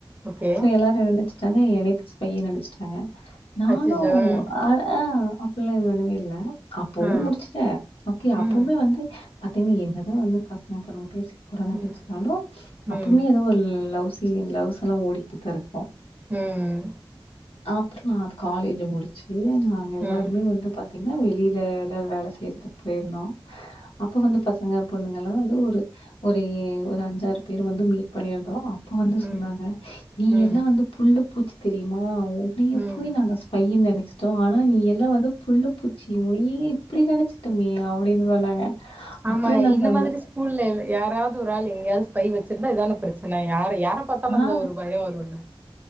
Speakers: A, on the right; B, on the left.
A: ஓகே
B: சோ எல்லா <unintelligible> ட்டாங்க எனைத்தா ஸ்பையு நெனைச்சுட்டாங்க நானு
A: அச்சச்சோ ம்
B: அ அ அப்பில்லா இது ஒண்ணுமே இல்ல போவு
A: ஆ
B: முடிச்சுட்ட ஒக்கே அப்பொமே
A: ம்
B: வந்து பாத்தீங்க என்னதா வந்து பசங்க பொண்ணுங்க பேசிக்க கூடாது அப்டின்னு
A: ம்
B: சொன்னாலு அப்பவுமே
A: ம்
B: எதுவு ஒரு லவ்ஸ் ச லவ்ஸ் எல்லா ஓடிட்டு தா இருக்கு
A: ம்
B: அப்ற நா அது காலேஜ் முடிச்சு சு நாங்க எல்லாருமே
A: ம்
B: வந்து பா திங்கன்னா வெளிள ல எல்லா வேல செய்றதுக்கு போயிருந்தோ அப்ப வந்து பசங்க பொண்ணுங்க வந்து ஒரு ஒரு ஒரு அஞ்சாறு பேர் வந்து மீட் பண்ணிருந்தோ இப்ப வந்து
A: ம்
B: சொன்னாங்க நீ
A: ம்
B: எல்லாம் வந்து புல் பூச்சி தெரியுமா உன்னைய
A: ம்
B: போய் நாங்க ஸ்பைனு நெனச்ச ஆனா நீ எல்லா வந்து புல்ல பூச்சி யி இப்டி நினச்சுட்டுமே அப்டின்னு சொன்னாங்க
A: ஆமா
B: அப்புறம் நான்
A: இந்த
B: சொன்னேன்,
A: மாதிரி ஸ்கூல்ல யாராவது ஒரு ஆள் எங்கயாவது ஸ்பை வச்சிருந்தா இதான ன்னா யார யார பாத்தாலு
B: "ஆ
A: அந்த ஒரு பயோ வருல